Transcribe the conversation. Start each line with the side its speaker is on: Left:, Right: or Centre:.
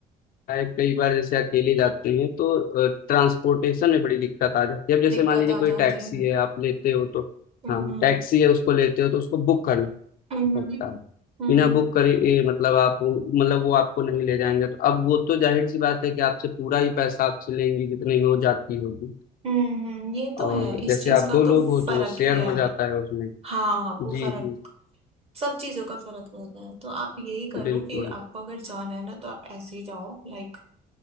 Left: है कई बार जैसे अकेले जाते हैं तो ट्रांसपोर्टेशन में बड़ी दिक्कत आ जाती है अब जैसे
Right: दिक्कत
Left: मान लीजिए
Right: आ
Left: कोई
Right: जाती
Left: टैक्सी
Right: है
Left: है आप लेते हो तो
Right: हम्म
Left: हाँ
Right: हम्म
Left: टैक्सी है उसको लेते हो तो उसको बुक करना
Right: हम्म
Left: पड़ता
Right: हम्म
Left: है
Right: हम्म
Left: बिना बुक करे ए, मतलब आप मतलब वो आपको नहीं ले जाएंगे तो अब वो तो जाहिर सी बात है कि आपसे पूरा ही पैसा आपसे लेंगे जितने में वो जाती होगी
Right: हम्म, हम्म। ये तो
Left: और
Right: है इस
Left: जैसे
Right: चीज
Left: आप
Right: का
Left: दो
Right: तो
Left: लोग
Right: फर्क
Left: हो तो वो शेयर
Right: ही है
Left: हो जाता है उसमें
Right: हाँ
Left: जी
Right: वो फर्क
Left: जी
Right: सब चीजों का फर्क रहता है तो आप यही करो
Left: बिल्कुल
Right: कि आपको अगर जाना है ना तो आप ऐसे ही जाओ लाइक